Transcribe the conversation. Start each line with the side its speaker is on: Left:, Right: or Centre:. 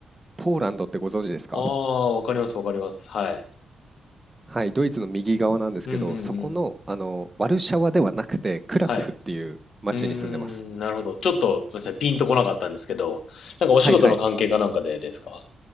Right: ポーランドってご存知ですか
Left: ああ、わかります、わかります。はい。
Right: はい、ドイツの右側なんですけど、
Left: うん、うん、
Right: そこの、
Left: うん。
Right: あの、ワルシャワではなくて、クラクフっていう町に住んでます。
Left: はい。うーん、なるほど。ちょっと、ごめんなさい、ピンとこなかったんですけど、なんかお仕事の関係かなんかでですか
Right: はいはい。